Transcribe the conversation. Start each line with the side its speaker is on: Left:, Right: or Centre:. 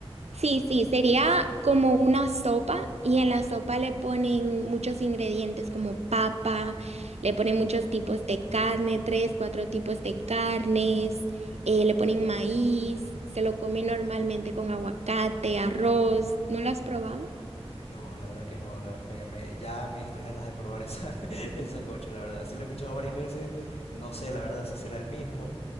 Right: Sí, sí, sería como una sopa y en la sopa le ponen muchos ingredientes como papa, le ponen muchos tipos de carne, tres, cuatro tipos de carnes, eh, le ponen maíz, se lo come normalmente con aguacate, arroz. ¿No lo has probado?
Left: No, la verdad que no. la- me, me- ya me diste ganas de probar esa, <laughs> el sancocho, la verdad. Sí lo he escuchado varias veces. No sé, la verdad, si será el mismo,